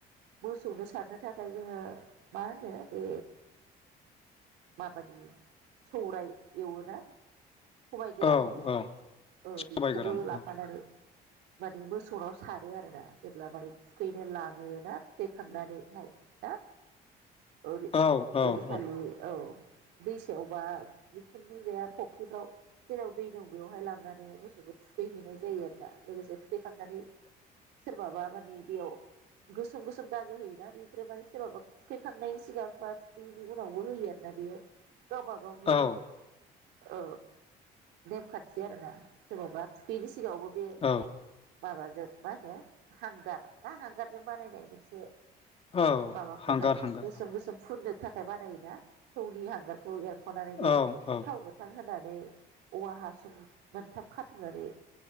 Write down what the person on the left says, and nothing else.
औ
औ
सबाइ गोरान
औ
औ औ औ
औ
औ
औ
हांगार हांगार
औ औ